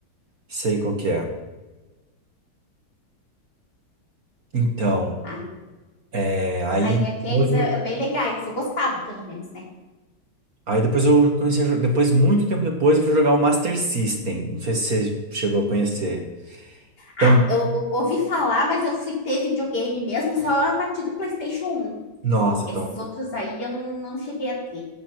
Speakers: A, on the right; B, on the left.
A: sei qual que é. Então.
B: sabe?
A: É, aí,
B: Aí aqueles
A: depois
B: é,
A: eu,
B: é bem legais, eu gostava, pelo menos, né?
A: aí depois eu comecei a jogar. Depois, muito tempo depois, eu fui jogar o Master System. Não sei se você chegou a conhecer. Então,
B: Ah, eu, eu ouvi falar, mas eu fui ter videogame mesmo só a partir do PlayStation 1.
A: nossa,
B: Esses
A: então.
B: outros aí eu não, não cheguei a ter,